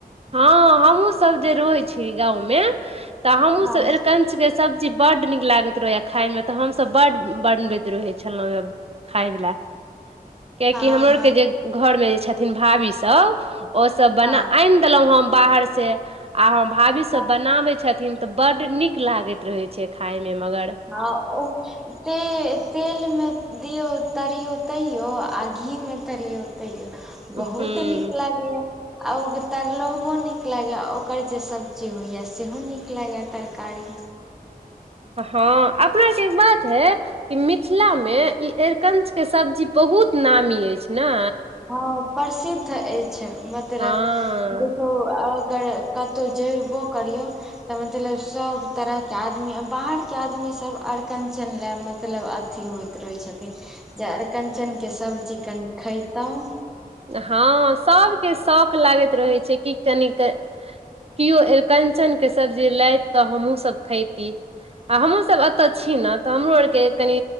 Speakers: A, on the right (about 40°); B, in the centre.
A: हँ हमहुं सब जे रहै छी गाँव मे तऽ हमहु
B: हँ
A: सब अरिकंचन किछके सब्जी बड्ड नीक लागैत रहैएा खायमे तऽ हमसभ बड्ड बनबैत रहैत छलौ खायबला कियाकि
B: हँ
A: हमरो
B: हँ
A: आरके जे घरमे जे छथिन भाभीसभ ओसभ बना
B: हँ
A: आनि देलहुं हम बाहर से आ हम भाभी सब
B: हँ
A: बनाबै छथिन तऽ बड नीक लागैत रहे छै खाय मे मगर
B: हँ ओ त तेल मे दियौ तरियौ तरौ आ घी मे तरियौ तैयो
A: हूँ
B: बहुत नीक लागैया आ ओ तरलोहबो नीक लगैए ओकर जे सब्जी होइए सेहो नीक लागैए तरकारी
A: हँ अपना जे बात यै ई मिथिलामे ई अरिकंचके सब्जी बहुत नामी अछि नै
B: हँ प्रसिद्ध अछि मतलब
A: हँ
B: देखौ अगर कतहु जेबो करियौ तऽ मतलब सभ तरहके आदमी बाहरके आदमीसभ अरकञ्चन लए मतलब अथी होइत रहे छथिन जे अरिकंचनक के सब्जी कनि खयतहु
A: हँ सभके शौख लागैत रहै छै कि कनिक केओ अरिकंचनके सब्जी लथि तऽ हमहूँसभ खयती आ हमहुं सब एतऽ छी ने तऽ हमरो आर के कनि